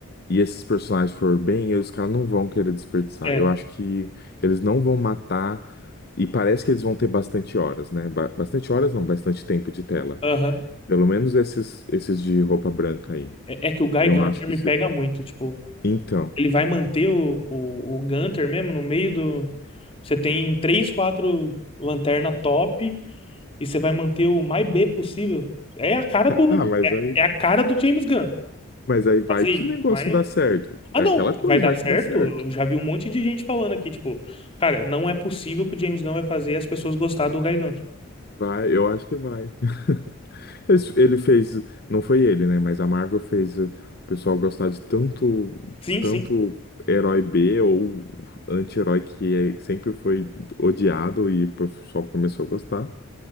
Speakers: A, on the left; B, on the left.
A: e esses personagens for bem, os caras não vão querer desperdiçar.
B: é.
A: Eu acho que eles não vão matar e parece que eles vão ter bastante horas, né? Ba- bastante horas não, bastante tempo de tela.
B: Aham.
A: Pelo menos esses esses de roupa branca aí.
B: É, é que o Guy
A: Eu
B: Gunter
A: acho que
B: me
A: se...
B: pega muito. Tipo,
A: Então.
B: ele vai manter o, o, o Gunter mesmo no meio do. Você tem três, quatro lanterna top e você vai manter o mais B possível. É a cara do.
A: Ah, mas
B: É,
A: aí,
B: é a cara do James Gunn.
A: mas aí vai
B: fazer
A: que
B: isso.
A: o negócio
B: Mas.
A: dá certo.
B: Ah,
A: É
B: não,
A: aquela
B: que
A: coisa,
B: vai dar
A: vai
B: certo.
A: que dá certo.
B: Eu já vi um monte de gente falando aqui, tipo, cara, não é possível que o James Gunn vai fazer as pessoas gostar do Gigante.
A: Vai, eu acho que vai. <laughs> Esse- Ele fez, não foi ele, né? Mas a Marvel fez o pessoal gostar de tanto,
B: Sim,
A: tanto
B: sim.
A: herói B ou anti-herói que é- sempre foi odiado e o pessoal começou a gostar.